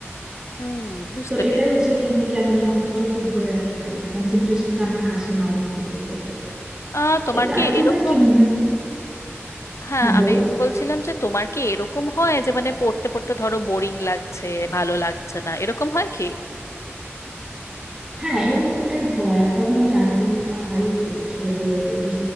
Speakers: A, on the left; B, on the right.
A: হুম বুঝতে
B: তো এটাই
A: পেরেছি
B: হচ্ছে কি আমি কেন যেন মনোযোগটা ধরে রাখতে পারি না কনসেন্ট্রেশনটা আমার আসে না অনেকক্ষণ পর্যন্ত
A: আহ তোমার
B: এই তো,
A: কি
B: আর তোমার
A: এরকম
B: কি মনে
A: হ্যাঁ
B: হ্যাঁ
A: আমি
B: বলো
A: বলছিলাম যে তোমার কি এরকম হয় যে মানে পড়তে পড়তে ধরো বোরিং লাগছে ভালো লাগছে না এরকম হয় কি
B: হ্যাঁ এরকমটাই হয় আর তখন আমি আগ্রহটা হারিয়ে ফেলি আসলে বইয়ের প্রতি